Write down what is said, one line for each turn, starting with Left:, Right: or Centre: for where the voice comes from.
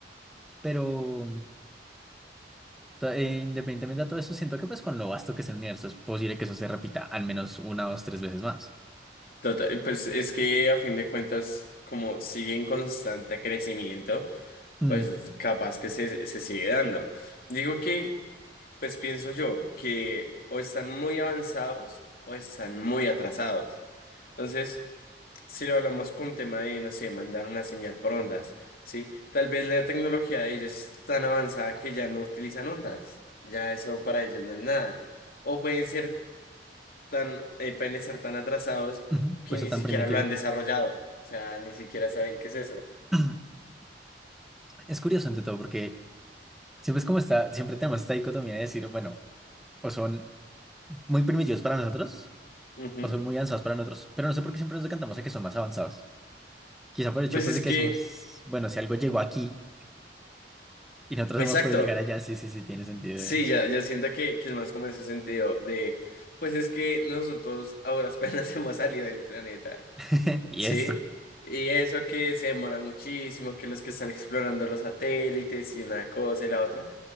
Centre: Pero to- eh, independientemente de todo eso, siento que pues con lo vasto que es el universo es posible que eso se repita al menos una, dos, tres veces más.
Left: Total, pues es que a fin de cuentas, como sigue en constante crecimiento,
Centre: Mm,
Left: pues capaz que se, se sigue dando. Digo que, pues pienso yo, que o están muy avanzados o están muy atrasados. Entonces... Si lo hablamos con un tema de, no sé, mandar una señal por ondas, ¿sí? Tal vez la tecnología de ellos es tan avanzada que ya no utilizan ondas, ya eso para ellos no es nada. O pueden ser tan, eh, pueden estar tan atrasados
Centre: ujú,
Left: que
Centre: Pues
Left: ni
Centre: eso tan
Left: siquiera
Centre: primitivo.
Left: lo han desarrollado, o sea, ni siquiera saben qué es eso.
Centre: <clears throat> Es curioso ante todo porque siempre es como está, siempre tenemos esta dicotomía de decir, bueno, o son muy primitivos para nosotros.
Left: Ujú.
Centre: o son muy avanzados para nosotros, pero no sé por qué siempre nos decantamos a que son más avanzados. Quizá por el hecho
Left: Pues
Centre: pues
Left: es
Centre: de que
Left: que,
Centre: decimos, bueno, si algo llegó aquí y nosotros
Left: exacto,
Centre: hemos podido llegar allá, sí, sí, sí, tiene sentido
Left: sí,
Centre: es.
Left: ya, ya siento que, que es más como en ese sentido de, pues es que nosotros ahora apenas <laughs> hemos salido del planeta.
Centre: <laughs> Y
Left: Sí,
Centre: esto.
Left: y eso que se demora muchísimo, que los que están explorando los satélites y una cosa y la otra,